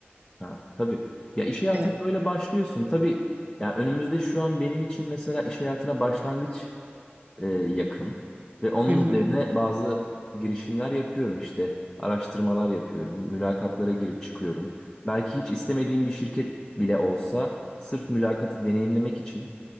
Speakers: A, on the left (about 15°); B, on the right (about 35°).
A: Ha, tabii. Ya iş hayatına
B: Evet.
A: böyle başlıyorsun. Tabii ya önümüzde şu an benim için mesela iş hayatına başlangıç e, yakın ve onun
B: Hı hı.
A: üzerine bazı girişimler yapıyorum işte. Araştırmalar yapıyorum. Mülakatlara girip çıkıyorum. Belki hiç istemediğim bir şirket bile olsa sırf mülakatı deneyimlemek için